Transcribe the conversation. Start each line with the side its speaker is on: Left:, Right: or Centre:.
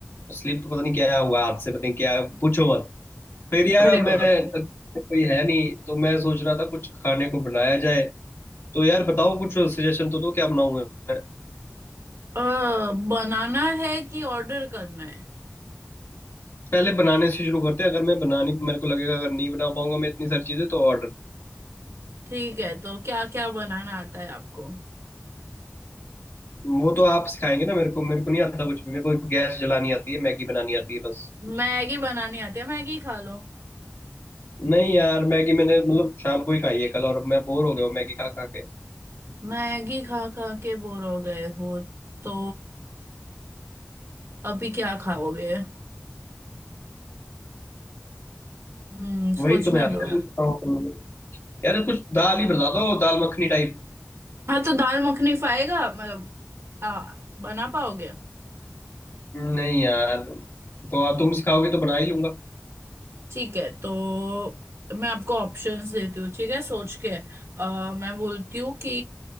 Left: स्लिप पता नहीं क्या हुआ हाथ से पता नहीं क्या पूछो मत फिर यार
Right: अरे
Left: अब मैं
Right: बाप रे
Left: कोई है नहीं तो मैं सोच रहा था कुछ खाने को बनाया जाए तो यार बताओ कुछ सजेशन तो दो क्या बनाऊं मैं
Right: अ, बनाना है कि ऑर्डर करना है
Left: पहले बनाने से शुरू करते हैं अगर मैं बनानी मेरे को लगेगा अगर नहीं बना पाऊंगा मैं इतनी सारी चीजें तो ऑर्डर
Right: ठीक है तो क्या क्या बनाना आता है आपको
Left: वो तो आप सिखाएंगे ना मेरे को मेरे को नहीं आता कुछ भी मेरे को गैस जलानी आती है मैगी बनानी आती है बस
Right: मैगी बनानी आती है मैगी खा लो
Left: नहीं यार मैगी मैंने मतलब शाम को ही खाई है कल और अब मैं बोर हो गया हूँ मैगी खा खा के
Right: मैगी खा खा के बोर हो गए हो तो अभी क्या खाओगे हम्म
Left: वही
Right: सोचने
Left: तो मैं आपसे
Right: दो
Left: पूछ रहा हूँ यार कुछ दाल ही बता दो दाल मखनी टाइप
Right: हाँ तो दाल मखनी खाएगा मतलब आ, बना पाओगे
Left: नहीं यार तो आप तुम सिखाओगे तो बना ही लूंगा
Right: ठीक है तो मैं आपको ऑप्शंस देती हूँ ठीक है सोच के अ, मैं बोलती हूँ कि